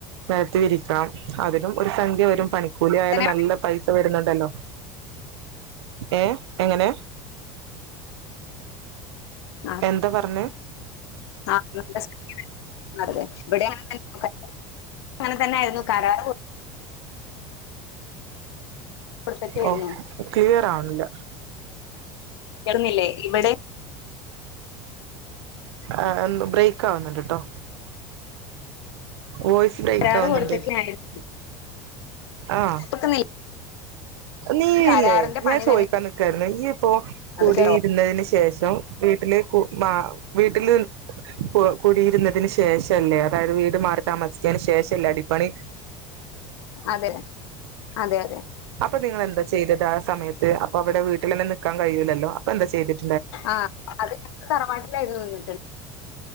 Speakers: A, on the right; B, on the left.
A: നിരത്ത് വിരിക്കാം. അതിനും ഒരു സംഖ്യ വരും പണിക്കൂലി ആയാലും
B: അങ്ങനെ-
A: നല്ല പൈസ വരുന്നുണ്ടല്ലോ. ഏ എങ്ങനെ
B: ആഹ
A: എന്താ പറഞ്ഞേ
B: ആ <unintelligible> അതെ ഇവിടെ തന്നെങ്ങ <unintelligible> ന തന്നെ ആയിരുന്നു കരാർ കൊടുത്തൊക്കെ ആയിരുന്നു
A: ഓ ക്ലിയർ ആവണില്ല
B: കേൾക്കുന്നില്ലേ ഇവിടെ
A: അ <unintelligible> ബ്രേക്ക് ആവുന്നുണ്ട്ട്ടോ വോയിസ് ബ്രേക്ക്
B: കരാറ്
A: ആവുന്നുണ്ട്
B: കൊടുത്തൊക്കെയായിരുന്നു
A: ആഹ്
B: കേൾക്കുന്നില്ലേ
A: നീ
B: കരാറിന്റെ
A: ഇല്ലേ ഞാൻ
B: പണി
A: ചോയിക്കാൻ
B: തന്നെ
A: നിക്ക <unintelligible> ഇപ്പ കൂടിയിരുന്നതിന്
B: അത് കേട്ടോ
A: ശേഷം വീട്ടില് മാ വീട്ടില് കുടിയിരുന്നതിന് ശേഷമല്ലേ അതായത് വീട് മാറി താമസിച്ചേന് ശേഷമല്ലേ അടിപണി
B: അതെ അതെ അതെ
A: പ്പ നിങ്ങ എന്താ ചെയ്തത് ആ സമയത്ത് അപ്പൊവിടെ വീട്ടിലന്നെ നിൽക്കാൻ കഴിയില്ലല്ലോ അപ്പ ന്ത ചെയ്തത്
B: ആ അത് തറവാട്ടിലായിരുന്നു നിന്നിട്ടുള്ള